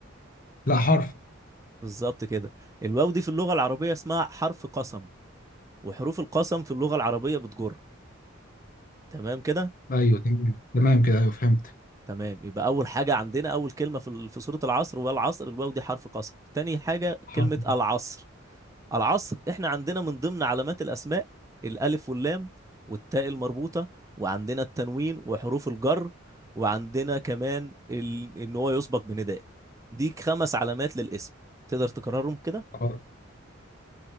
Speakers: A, on the left; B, on the right.
A: لا حرف
B: بالظبط كده الواو دي في اللغة العربية اسمها حرف قسم وحروف القسم في اللغة العربية بتجر تمام كده
A: ايوه تمام تمام كده ايوه فهمت
B: تمام يبقى أول حاجة عندنا أول كلمة في ال- في سورة العصر والعصر الواو دي حرف قسم تاني حاجة
A: حرف
B: كلمة العصر العصر احنا عندنا من ضمن علامات الاسماء الالف واللام والتاء المربوطه وعندنا التنوين وحروف الجر وعندنا كمان ال... ان هو يسبق بنداء دي خمس علامات للاسم تقدر تكررهم كده
A: الجر.